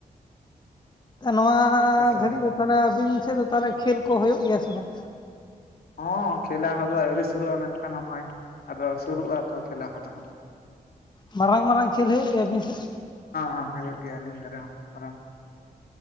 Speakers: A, on the left (about 30°); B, on the left (about 80°).
A: ᱱᱚᱣᱟ
B: ᱦᱮᱸ ᱥᱮ
A: ᱜᱷᱟᱹᱲᱤᱡ
B: ᱵᱟᱝ
A: ᱫᱚ ᱛᱟᱦᱚᱞᱮ ᱟᱹᱵᱤᱱ ᱥᱮᱫ ᱫᱚ ᱛᱟᱦᱚᱞᱮ ᱠᱷᱮᱞ ᱠᱚ ᱦᱩᱭᱩᱜ ᱜᱮᱭᱟ ᱥᱮ ᱵᱟᱝ
B: ᱦᱚᱸ ᱠᱷᱮᱞᱟ ᱠᱚᱫᱚ ᱟᱹᱣᱨᱤ ᱥᱩᱨᱩᱜᱼᱟ ᱢᱮᱱᱠᱷᱟᱱ ᱦᱚᱸᱜᱼᱚᱭ ᱟᱫᱚ ᱥᱩᱨᱩᱜᱼᱟ ᱛᱚ ᱠᱷᱮᱞᱟ ᱠᱚᱫᱚ ᱦᱟᱸᱜ
A: ᱢᱟᱨᱟᱝ ᱢᱟᱨᱟᱝ ᱠᱷᱮᱞ ᱦᱩᱭᱩᱜ ᱜᱮᱭᱟ ᱟᱹᱵᱤᱱ ᱥᱮᱫ
B: ᱦᱮᱸ ᱦᱮ ᱦᱩᱭᱩᱜ ᱜᱮᱭᱟᱞᱤᱧ ᱢ <inaudible>